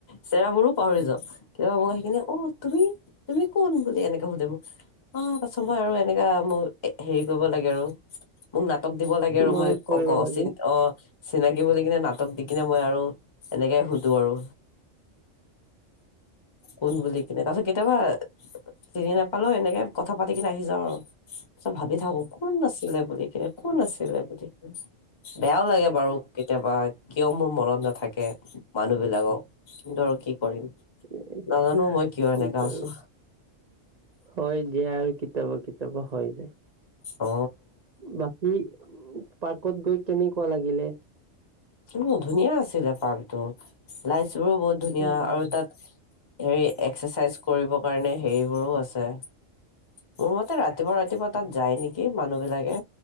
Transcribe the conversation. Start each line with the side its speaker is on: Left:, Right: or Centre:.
Left: চেৰাবোৰো পাহৰি যাওঁ কেতিাবা মোক সেই কিিননে অ' তুমি - তুমি কোন বুলি এনেকে সোধে মোক অ, পাছ মই আৰু এনেকা মোক হেৰি কৰিব। লাগ আৰু মোক নাটক দিব লাগে আৰু
Right: মনত
Left: মই
Right: পৰিব লাগে
Left: চ অ' চিনাকি বুলি কিনে নাটক দি কিনে মই আৰু এনেকাই সুধো আৰু। কোন বুলি কিনে তাৰ পিছত কেতিয়াবা? চিনি নাপালো এনেকে কথা পাতি কিনে আহি যাও আৰু পাছত ভাবি থাকো কোন নাছিলে বুলি কে কোন আছিলে বুলি কি বেয়াও লাগে বাৰু কেতিয়াবা কিয় মোৰ মনত নাথাকে মানুহ বিলাকক কিন্তু আৰু কি কৰিম।
Right: <unintelligible>
Left: নাজানো মই কিয় এনেকা আছো
Right: হয় দিয়া আৰু কেত কেতিয়াবা-কেতিয়াবা হয় যায়
Left: অ
Right: বাকী পাৰ্কত গৈ কেনেকুৱা লাগিলে?
Left: উম, ধুনীয়া আছিলে পাৰ্কটো লাইফ ৰো বহুত ধুনীয়া
Right: উম,
Left: আৰু তাত হে এক্সাৰচাইজ কৰিব কাৰণে হেৰিবোৰো আছে মোৰ মতে ৰাতিপুৱা-ৰাতিপুৱা তাত যায় নেকি মানুহ বিলাকে